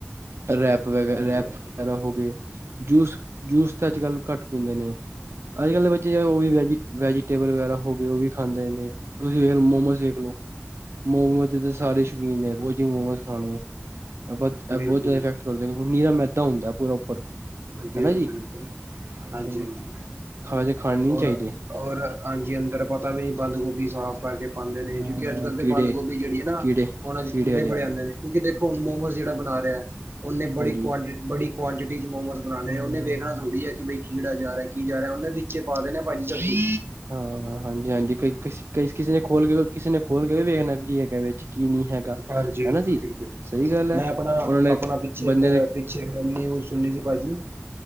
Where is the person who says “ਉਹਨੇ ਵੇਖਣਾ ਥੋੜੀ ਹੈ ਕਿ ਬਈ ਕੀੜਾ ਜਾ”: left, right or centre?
Right